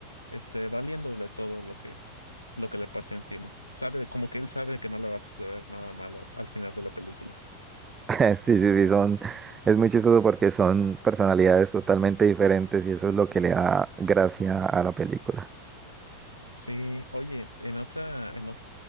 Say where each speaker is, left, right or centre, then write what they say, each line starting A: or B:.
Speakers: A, on the left; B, on the right.
A: este, valiéndole todo lo que, lo que le pase encima. Sabe, como que él sabe que no le va a suceder nada malo al final de la película.
B: <laughs> Sí, sí, sí, son, es muy chistoso porque son personalidades totalmente diferentes y eso es lo que le da gracia a la película.
A: Sí, oye, en otra, en, ot-